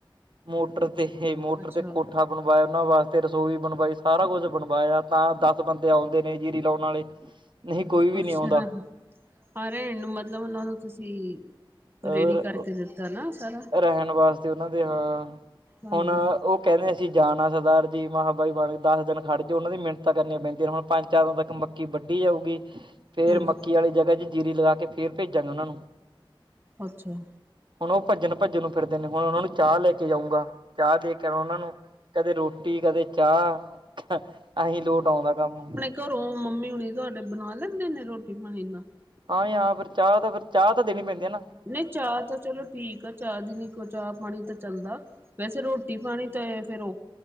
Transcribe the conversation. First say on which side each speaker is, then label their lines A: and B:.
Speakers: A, on the right; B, on the right.
A: ਮੋਟਰ ਤੇ ਹੇ, ਮੋਟਰ
B: ਅੱਛਾ
A: ਤੇ ਕੋਠਾ। <unintelligible> ਤੇ ਰਸੋਈ ਬਣਵਾਈ। ਸਾਰਾ ਕੁਝ ਬਣਵਾਇਆ, ਤਾਂ ਦੱਸ ਬੰਦੇ ਆਉਂਦੇ ਨੇ ਜੀਰੀ ਲਾਉਣ ਵਾਲੇ। ਨਹੀ, ਕੋਈ ਵੀ
B: ਅੱਛਾ
A: ਨੀ ਆਉਂਦਾ।
B: ਹਾਂ ਰਹਿਣ ਨੂੰ ਮਤਲਬ ਉਹਨਾਂ ਨੂੰ ਤੁਸੀਂ
A: ਔਰ
B: ਰੇਡੀ ਕਰਕੇ ਦਿੱਤਾ ਨਾ ਸਾਰਾ
A: ਰਹਿਣ ਵਾਸਤੇ। ਤੇ ਉਹਨਾਂ ਦੇ ਹਾਂ।
B: ਹਾਂਜੀ
A: ਹੁਣ ਓ ਕਹਿੰਦੇ ਅਸੀ ਜਾਣਾ ਸਰਦਾਰ। ਜੀ ਮਹਾ ਬਾਈ ਬਣ ਕੇ ਦਸ ਦਿਨ ਖੜ ਜੋ। ਉਹਨਾਂ ਦੀ ਮੀਨਤਾ ਕਰਨੀਆਂ ਪੈਂਦੀਆਂ ਨੇ। ਹੁਣ ਪੰਜ-ਚਾਰ ਦਿਨਾਂ ਤੱਕ ਮੱਕੀ ਵੱਢੀ ਜਾਊਗੀ। ਫੇਰ
B: ਹਾਂਜੀ
A: ਮੱਕੀ ਆਲੀ ਜਗਾ ਚ ਜੀਰੀ ਲਗਾ ਕੇ, ਫੇਰ ਭੇਜਾਂਗਾ ਉਹਨਾਂ ਨੂੰ।
B: ਅੱਛਾ।
A: ਹੁਣ ਓ ਭੱਜਣ-ਭੱਜਣ ਨੂੰ ਫਿਰਦੇ ਨੇ। ਹੁਣ ਉਹਨਾਂ ਨੂੰ ਚਾਹ ਲੈ ਕੇ ਜਾਊਂਗਾ। ਚਾਹ ਦੇ ਕੇ ਓਹਨਾਂ ਨੂੰ। ਕਦੇ ਰੋਟੀ। ਕਦੇ ਚਾਹ। ਆਹੀ ਲੋਟ ਆਉਂਦਾ ਕੰਮ।
B: ਘਰੋ ਮੰਮੀ ਹੁਣੀ ਤੁਹਾਡੇ ਬਣਾ ਲੈਂਦੇ ਨੇ ਰੋਟੀ, ਪਾਣੀ ਇੰਨਾਂ?
A: ਹਾਂ, ਯਾ ਫੇਰ ਚਾਹ ਤਾ, ਫੇਰ ਚਾਹ ਤਾ ਦੇਣੀ ਪੈਂਦੀ ਐ ਨਾ।
B: ਨਈ ਚਾਹ ਤਾ ਚਲੋ। ਠੀਕ ਆ, ਚਾਹ ਦੀ ਨੀ ਕੋ ਚਾ-ਪਾਣੀ ਤਾ ਚੱਲਦਾ। ਵੈਸੇ ਰੋਟੀ- ਪਾਣੀ ਤੇ ਫੇਰ ਓ।